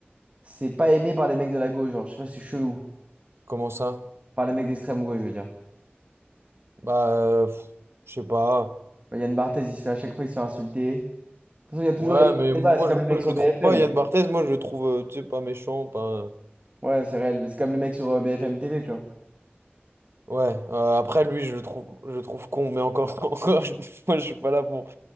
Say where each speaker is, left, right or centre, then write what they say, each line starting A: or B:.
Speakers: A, on the right; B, on the right.
A: c'est pas aimé par les mecs de la gauche. Genre, je sais pas, si c'est chelou.
B: comment ça?
A: Par les mecs d'extrême gauche, je veux dire.
B: Bah, euh, pff, je sais pas.
A: Bah, Yann Barthès, il se fait à chaque fois, il se fait insulter. De toute façon, il y a toujours
B: Ouais,
A: il y a un
B: mais
A: débat.
B: moi
A: C'est comme
B: je, moi,
A: le mec sur
B: je le
A: BFM.
B: trouve pas, Yann Barthès, moi je le trouve, euh, tu sais, pas méchant, pas...
A: Ouais, c'est réel, mais c'est comme le mec sur euh, BFM TV, tu vois.
B: Ouais, euh, après lui, je le trouve, je le trouve con, mais encore, <laughs> encore, une fois, je suis pas là pour,